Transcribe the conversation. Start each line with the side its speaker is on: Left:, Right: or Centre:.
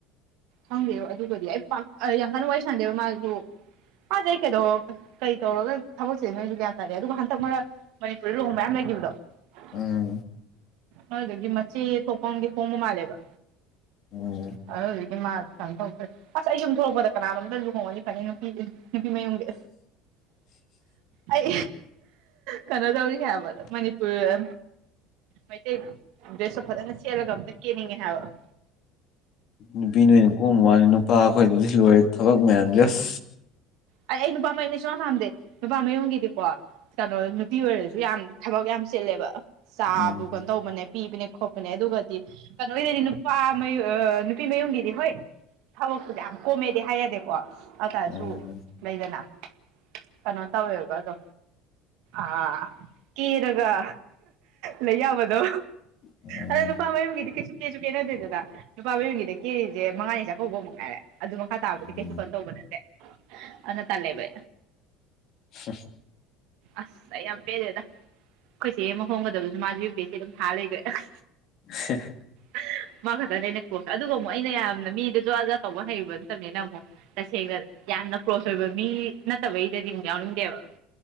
Right: ꯈꯪꯗꯦꯕ ꯑꯗꯨꯒꯗꯤ ꯑꯩ ꯄꯥꯛ ꯌꯥꯝ ꯀꯟꯅ ꯋꯥꯔꯤ ꯁꯥꯟꯅꯗꯦꯕ ꯃꯥꯁꯨ ꯐꯖꯩ ꯀꯩꯗꯧ ꯀꯩ ꯇꯧꯔꯒ ꯊꯕꯛꯁꯦ ꯅꯣꯏꯁꯨ ꯒꯌꯥꯟ ꯌꯥꯗꯦ ꯑꯗꯨꯒ ꯍꯟꯗꯛ ꯃꯔꯛ ꯃꯅꯤꯄꯨꯔꯗ ꯂꯨꯍꯣꯡꯕ ꯃꯌꯥꯝ ꯂꯩꯈꯤꯕꯗꯣ
Left: ꯎꯝ
Right: ꯑꯗꯨꯗꯨꯒꯤ ꯃꯆꯦ ꯊꯣꯛꯄ ꯑꯃꯒꯤ ꯍꯣꯡꯕ ꯃꯥꯜꯂꯦꯕ
Left: ꯎꯝ
Right: ꯑꯗꯨꯗꯨꯒꯤ ꯃꯥ ꯀꯩꯅꯣ ꯇꯧꯔꯛꯇ꯭ꯔꯦ ꯑꯁ ꯑꯩ ꯌꯨꯝ ꯊꯣꯛꯣꯔꯂꯛꯄꯗ ꯀꯅꯥꯅꯣꯝꯇ ꯂꯨꯍꯣꯡꯉꯅꯤ ꯐꯅꯤ ꯅꯨꯄꯤ ꯅꯨꯄꯤ ꯃꯌꯨꯝꯒꯤ ꯑꯩ ꯀꯩꯅꯣ ꯇꯧꯅꯤꯡꯉꯦ ꯍꯥꯏꯕ ꯃꯅꯤꯄꯨꯔ ꯃꯩꯇꯩ ꯗ꯭ꯔꯦꯁ ꯇꯨ ꯐꯖꯅ ꯁꯦꯠꯂꯒ ꯑꯝꯇ ꯀꯦꯅꯤꯡꯉꯦ ꯍꯥꯏꯕ
Left: ꯅꯨꯄꯤ ꯅꯣꯏꯅ ꯀꯣꯝꯕ ꯋꯥꯅꯤ ꯅꯨꯄꯥ ꯑꯩꯈꯣꯏꯗꯤ ꯍꯧꯖꯤꯛ ꯂꯣꯏꯔꯦ ꯊꯕꯛ ꯃꯌꯥꯝꯁꯦ ꯑꯁ
Right: ꯑꯩ ꯑꯩ ꯅꯨꯄꯥ ꯃꯌꯨꯝꯗꯤ ꯁꯨꯡꯄꯥꯝ ꯄꯥꯝꯗꯦ ꯅꯨꯄꯥ ꯃꯌꯨꯝꯒꯤꯗꯤꯀꯣ ꯀꯩꯅꯣ ꯅꯨꯄꯤ ꯑꯣꯏꯔꯁꯨ ꯌꯥꯝ ꯊꯕꯛ ꯌꯥꯝ ꯆꯤꯦꯜꯂꯦꯕ ꯆꯥꯕꯨ
Left: ꯎꯝ
Right: ꯀꯩꯅꯣ ꯇꯧꯕꯅꯦ ꯄꯤꯕꯅꯦ ꯈꯣꯠꯄꯅꯦ ꯑꯗꯨꯒꯗꯤ ꯀꯩꯅꯣꯒꯤꯗꯗꯤ ꯅꯨꯄꯥ ꯃꯌ ꯅꯨꯄꯤ ꯃꯌꯨꯝꯒꯤꯗꯤ ꯍꯣꯏ ꯊꯕꯛꯇꯨꯗꯤ ꯌꯥꯝ ꯀꯣꯝꯃꯦꯗꯤ ꯍꯥꯏ ꯌꯥꯗꯦꯀꯣ ꯑꯗꯨꯇꯥꯔꯁꯨ
Left: ꯎꯝ
Right: ꯂꯩꯗꯅ ꯀꯩꯅꯣ ꯇꯧꯋꯦꯕ ꯑꯗꯣ ꯑꯥ ꯀꯦꯔꯒ ꯂꯩ ꯌꯥꯕꯗꯣ
Left: ꯎꯝ
Right: ꯑꯗꯣ ꯅꯨꯄꯥ ꯃꯌꯨꯝꯒꯤꯗꯤ ꯀꯩꯁꯨ ꯀꯦꯁꯨ ꯀꯦꯅꯗꯦꯗꯅ ꯅꯨꯄꯥ ꯃꯌꯒꯤꯗ ꯀꯦꯖꯤꯁꯦ ꯃꯉꯥꯅꯤ ꯆꯥꯛꯀꯧꯕ ꯃꯨꯛ ꯉꯥꯏꯔꯦ ꯑꯗꯨ ꯃꯈꯥ ꯇꯥꯕꯗꯤ
Left: ꯎꯝ
Right: ꯀꯩꯁꯨ ꯀꯟ ꯇꯧꯕ ꯅꯠꯇꯦ ꯑꯅ ꯇꯂꯦꯕ
Left: ꯍ
Right: ꯑꯁ ꯑꯩ ꯌꯥꯝ ꯄꯦꯟꯗꯦꯗꯥ ꯑꯩꯈꯣꯏꯆꯦ ꯑꯃ ꯍꯣꯡꯒꯗꯕꯗꯨꯁꯨ ꯃꯥꯁꯨ ꯌꯨ ꯄꯤ ꯑꯦꯁ ꯁꯤ ꯑꯗꯨꯝ ꯊꯥ ꯂꯩꯒ꯭ꯔꯦ ꯑꯍ
Left: <unintelligible>
Right: ꯍꯍ ꯃꯥ ꯈꯛꯇꯅꯦ ꯑꯩꯅ ꯀ꯭ꯂꯣꯁ ꯑꯗꯨꯒ ꯑꯃꯨꯛ ꯑꯩꯅ ꯌꯥꯝꯅ ꯃꯤꯗꯣ ꯖꯣꯖꯥ ꯖꯣꯖꯥ ꯇꯧꯕ ꯍꯩꯕ ꯅꯠꯇꯕꯅꯤꯅ ꯑꯃꯨꯛ ꯇꯁꯦꯡꯅ ꯌꯥꯝꯅ ꯀ꯭ꯂꯣꯁ ꯑꯣꯏꯕ ꯃꯤ ꯅꯠꯇꯕꯒꯤꯗꯗꯤ ꯑꯃꯨꯛ ꯌꯥꯎꯅꯤꯡꯗꯦꯕ